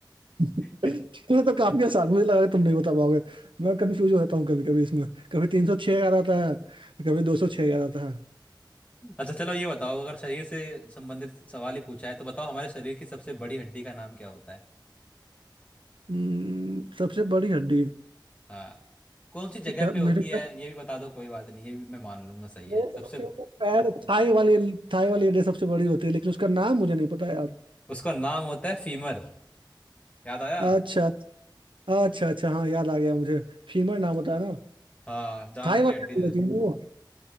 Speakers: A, on the right; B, on the left.
A: ये
B: ठीक-
A: तो काफी आसान मुझे लगा कि तुम नहीं बता पाओगे मैं कंफ्यूज हो जाता हूँ कभी कभी इसमें कभी तीन सौ छह आ जाता है कभी दो सौ छह आ जाता है
B: अच्छा चलो ये बताओ अगर शरीर से संबंधित सवाल ही पूछा है तो बताओ हमारे शरीर की सबसे बड़ी हड्डी का नाम क्या होता है
A: हम्म, सबसे बड़ी हड्डी
B: हाँ कौन सी जगह
A: क्या
B: पे
A: मेरे
B: होती है
A: ख्याल-
B: ये भी बता दो कोई बात नहीं ये भी मैं मान लूंगा सही
A: मेरे
B: है
A: ख्याल
B: सबसे
A: से तो पैर थाई वाली थाई वाली हड्डी सबसे बड़ी होती है लेकिन उसका नाम मुझे नहीं पता यार
B: उसका नाम होता है फीमर याद आया
A: अच्छा अच्छा अच्छा हाँ याद आ गया मुझे फीमर नाम होता है ना
B: हाँ जांग
A: थाई
B: की
A: वाली
B: हड्डी
A: हड्डी होती है ना वो